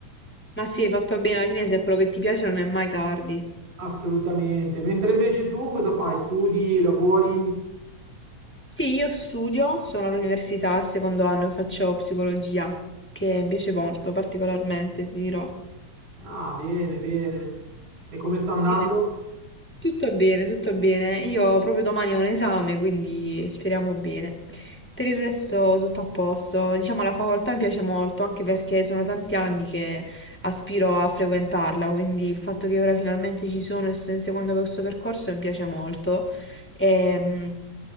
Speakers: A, in the centre; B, on the right.
A: Ma sì, hai fatto bene, alla fine se è quello che ti piace non è mai tardi.
B: Assolutamente. Mentre invece tu cosa fai? Studi, lavori?
A: Sì, io studio, sono all'università, al secondo anno faccio psicologia, che mi piace molto, particolarmente, ti dirò.
B: Ah, bene, bene. E come sta
A: Sì.
B: andando?
A: Tutto bene, tutto bene. Io proprio domani ho un esame, quindi speriamo bene. Per il resto tutto a posto. Diciamo la facoltà mi piace molto, anche perché sono tanti anni che aspiro a frequentarla, quindi il fatto che ora finalmente ci sono e sto inseguendo questo percorso mi piace molto. Ehm,